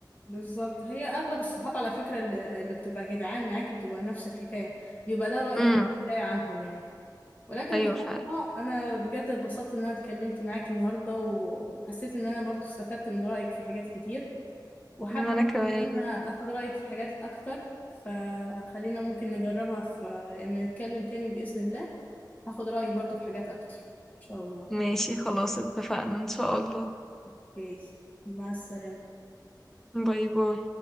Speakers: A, on the left; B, in the centre.
A: بالظبط هي اغلب الصحاب على فكرة اللي, اللي بتبقى جدعان معاكي بتبقى نفس الحكاية بيبقى ده رأيك
B: امم
A: ده عنهم يعني ولكن
B: ايوه
A: بصراحة
B: فعلا
A: انا بجد اتبسطت ان انا اتكلمت معاكي النهاردة وحسيت ان انا برضو استفدت من رأيك في حاجات كتير وحابة
B: وانا
A: أعرف
B: كمان
A: إن أنا أخد رأيك في حاجات أكتر فخلينا ممكن نجربها في لما نتكلم تاني بإذن الله هاخد رأيك برضو في حاجات أكتر إن شاء الله
B: ماشي خلاص اتفقنا ان شاء الله
A: أوكي مع السلامة
B: باي باي